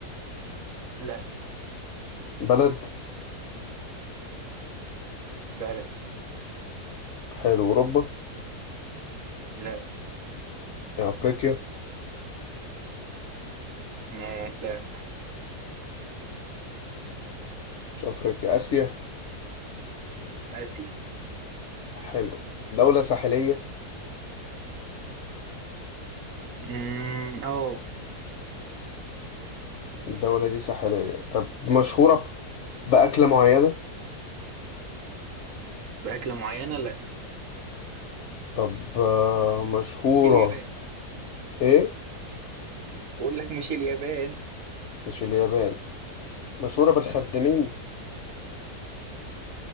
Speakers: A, on the right; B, on the left.
A: لا
B: بلد
A: بلد
B: حلو أوروبا
A: لا
B: يعني أفريقيا
A: لا لا
B: مش أفريقيا آسيا
A: آسيا
B: حلو دولة ساحلية
A: مم، أوه
B: الدولة دي ساحلية طب مشهورة بأكلة معينة
A: بأكلة معينة لا
B: طب آه، مشهورة
A: مش اليابان
B: إيه
A: بقول لك مش اليابان
B: مش اليابان مشهورة بالخدامين